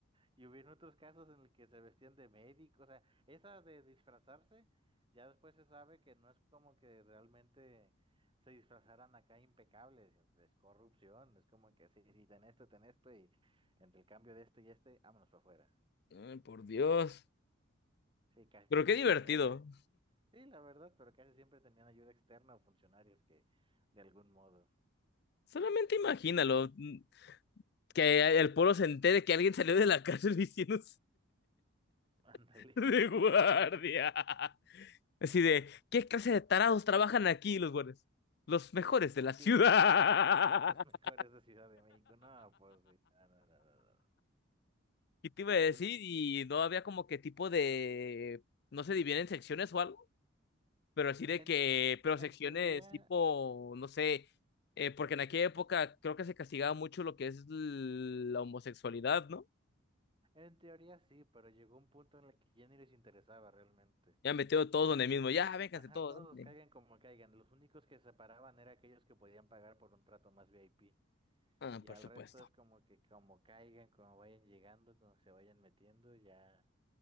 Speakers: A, on the right; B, on the left.
A: Y hubieron otros casos en el que se vestían de médico, o sea, esa de disfrazarse, ya después se sabe que no es como que realmente se disfrazaran acá impecables, es corrupción, es como que sí, sí, ten esto, ten esto, y entre el cambio de esto y este, vámonos para afuera.
B: Ay, por Dios.
A: Sí, ca-
B: Pero
A: casi
B: qué divertido.
A: siempre, sí, la verdad, pero casi siempre tenían ayuda externa o funcionarios que, de algún modo,
B: Solamente imagínalo. mm, Que el pueblo se entere que alguien salió de la <laughs> cárcel diciendo
A: ándale.
B: <laughs> de
A: <laughs>
B: guardia. Así de, ¿qué clase de tarados trabajan aquí los guardias? Los mejores de la ciudad.
A: Los mejores, los mejores
B: <laughs>
A: de Ciudad de México. No, pues sí. No, no, no, no, no.
B: Y te iba a decir,
A: Un-
B: y no había como que tipo de. No se dividen secciones o algo, pero así de
A: en,
B: que. Pero secciones
A: en teoría,
B: tipo, no sé. eh, porque en aquella época creo que se castigaba mucho lo que es l- la homosexualidad, ¿no?
A: en teoría sí, pero llegó un punto en el que ya ni les interesaba realmente.
B: Ya metido todos
A: Y
B: donde
A: así,
B: mismo. Ya, vénganse
A: ajá,
B: todos.
A: todos
B: ándale.
A: caigan como caigan. Los únicos que se paraban eran aquellos que podían pagar por un trato más VIP.
B: Ah,
A: Y
B: por
A: al
B: supuesto.
A: resto es como que como caigan, como vayan llegando, como se vayan metiendo, ya.